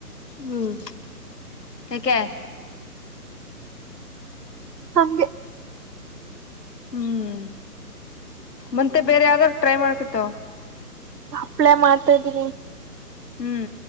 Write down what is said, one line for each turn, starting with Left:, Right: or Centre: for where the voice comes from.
Left: ಹ್ಮ್ ಹಕ್ಕೆ
Right: ಹಗೆ
Left: ಹ್ಮ್ ಮತ್ತೆ ಬೇರೆ ಯಾವ್ದಾರ್ ಟ್ರೈ ಮಾಡ್ಕತವ
Right: ಅಪ್ಲೈ ಮಾಡ್ತಾಇದೀನಿ
Left: ಹ್ಮ್